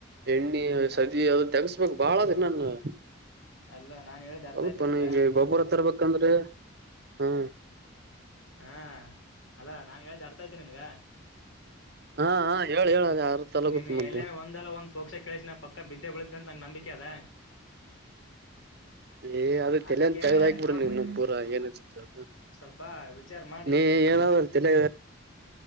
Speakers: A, on the right; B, on the left.
A: ಎಣ್ಣೆ
B: ಹ್ಮ್ ನಾವ್
A: ಸದ ಅದು ತೆಗಸ್ಬೇಕಕ್ ಬಾಳದ ನನ್ನ.
B: ಅಲ್ಲ ನಾನ್ ಹೇಳಿದ್ ಅರ್ಥ
A: ಸ್ವಲ್ಪ
B: ಆಯ್ತಿ ನಿನ್ಗ
A: ನ ಈಗ ಗೊಬ್ಬರ ಹ ತರಬೇಕಂದ್ರೆ ಹಾ.
B: ಹಾ ಅಲ್ಲ ನಾನ್ ಹೇಳ್ದ ಆಡ್ತಾ ಇದ್ದೇನಿ ನಿನ್ಗ.
A: ಹಾ ಹಾ ಹೇಳಿ ಹೇಳ. ಅದ ಯಾರ ತಲಗುತ್
B: ನೀನ್
A: ಮತ್ತೆ
B: ಎಲ್ಲೇನ ಒಂದಲ್ಲ ಒಂದಂದು ಪೋಕ್ಷ ಕೇಳಸಿನ ಪಕ್ಕ ಬಿದ್ದೆ ಬಿಳತೆ ಅಂತ ನಂಗ ನಂಬಿಕೆ ಅದ.
A: ಏ ಅದ ತಲಂತ
B: ಅದಕ್ಕೆ
A: ತಗದ ಆಕ್ಬಿಡ
B: ನೋಡ್
A: ನೀವ
B: ಮತ್ತೆ
A: ಪೂರ ಏನ್ ಅ.
B: ಸ್ವಲ್ಪ ವಿಚಾರ ಮಾಡಿ
A: ನೀ
B: ಹೀಗೆ
A: ಎನಾವ ತಿಲ್ಲ.